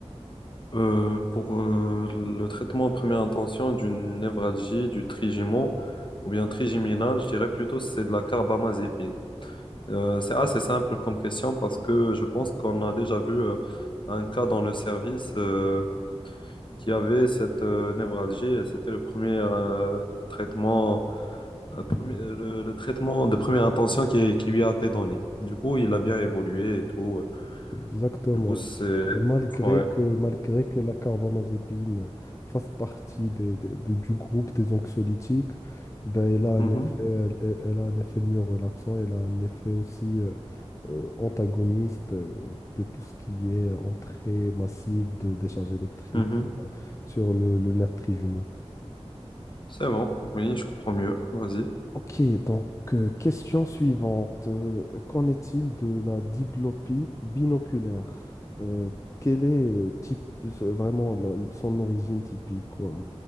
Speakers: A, on the left; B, on the left.
A: Euh, pour euh, le traitement en première intention d'une névralgie, du trigémo ou bien trigéminal, je dirais plutôt c'est de la carbamazépine. Euh, c'est assez simple comme question parce que je pense qu'on a déjà vu euh, un cas dans le service euh, qui avait cette euh, névralgie et c'était le premier euh, traitement. Euh, premier- euh, le, le traitement de première intention qui, qui lui a été donné. Du coup, il a bien évolué et tout. Euh,
B: Exactement.
A: Du coup, c'est...
B: Et malgré
A: Ouais.
B: Oui. que, malgré que la carbamazépine fasse partie des, des- de- du groupe des anxiolytiques, ben elle a un
A: Mhm,
B: Mhm. effet, elle, elle- elle a un effet mieux relaxant, elle a un effet aussi euh, euh, antagoniste euh, de tout ce qui est entrée massive de décharge électrique
A: mhm.
B: sur, euh, sur le, le nerf trijumeau.
A: C'est bon, oui, je comprends mieux. Vas-y.
B: Ok, donc euh, question suivante. Euh, qu'en est-il de la diplopie binoculaire? Euh, quelle est euh, typ- euh, vraiment la- son origine typique, quoi?